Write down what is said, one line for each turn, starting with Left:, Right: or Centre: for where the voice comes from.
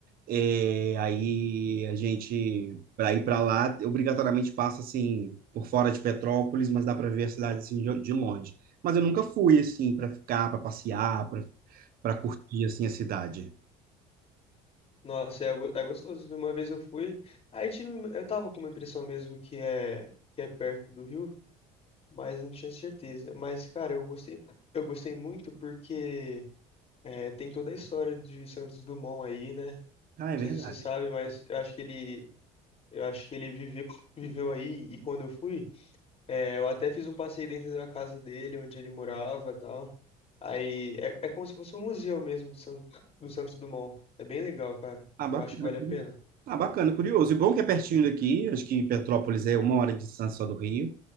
Right: É, aí a gente, para ir para lá, obrigatoriamente passa assim por fora de Petrópolis, mas dá para ver a cidade assim de, de longe. Mas eu nunca fui assim para ficar, para passear, para para curtir assim a cidade.
Left: Nossa, é, go- é gostoso. Uma vez eu fui, aí tinha, eu tava com uma impressão mesmo que é que é perto do rio, mas eu não tinha certeza. Mas, cara, eu gostei, eu gostei muito porque é, tem toda a história de Santos Dumont aí, né?
Right: Ah,
Left: Não
Right: é
Left: sei
Right: verdade.
Left: se você sabe, mas eu acho que ele, eu acho que ele viveu, viveu aí e quando eu fui, é, eu até fiz um passeio dentro da casa dele, onde ele morava, e tal. Aí é, é como se fosse um museu mesmo do, San, do Santos Dumont. É bem legal, cara.
Right: Ah, bacana.
Left: Eu acho que vale
Right: curi-
Left: a pena.
Right: Ah, bacana, curioso. E bom que é pertinho daqui. Acho que Petrópolis é uma hora de distância só do Rio.